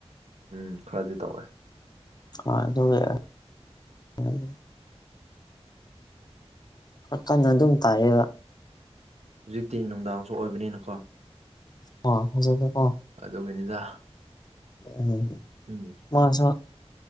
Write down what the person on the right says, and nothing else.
ꯎꯝ ꯈꯔꯗꯤ ꯇꯧꯋꯦ
ꯍꯧꯖꯤꯛꯇꯤ ꯅꯨꯡꯗꯥꯡꯁꯨ ꯑꯣꯏꯕꯅꯤꯅꯀꯣ
ꯑꯗꯨꯒꯤꯅꯤꯗ
ꯎꯝ